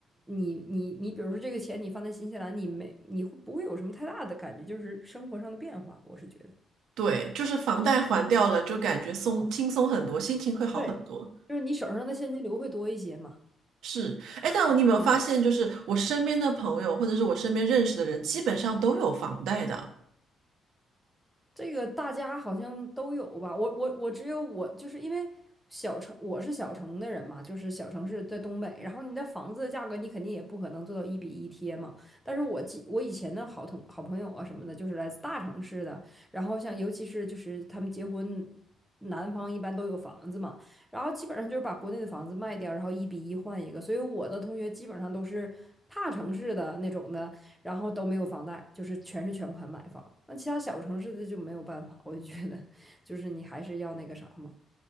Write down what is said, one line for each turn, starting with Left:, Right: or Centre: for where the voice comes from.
Centre: 你你你，比如说这个钱你放在新西兰，你没你会不会有什么太大的感觉，就是生活上的变化？我是觉得，
Right: 对，就是房贷还掉了，就感觉松轻松很多，心情会好很多。
Centre: 对就是你手上的现金流会多一些嘛。
Right: 是，哎，但我你有没有发现，
Centre: 对
Right: 就是我身边的朋友或者是我身边认识的人，基本上都有房贷的。
Centre: 这个大家好像都有吧？我我我只有我，就是因为小城，我是小城的人嘛，就是小城市在东北。然后你的房子的价格，你肯定也不可能做到一比一贴嘛。但是我记我以前的好同好朋友啊什么的，就是来自大城市的，然后像尤其是就是他们结婚，男方一般都有房子嘛，然后基本上就是把国内的房子卖掉，然后一比一换一个。所以我的同学基本上都是大城市的那种的。然后都没有房贷，就是全是全款买房。那其他小城市的就没有办法，我就觉得 <laughs>，就是你还是要那个啥嘛，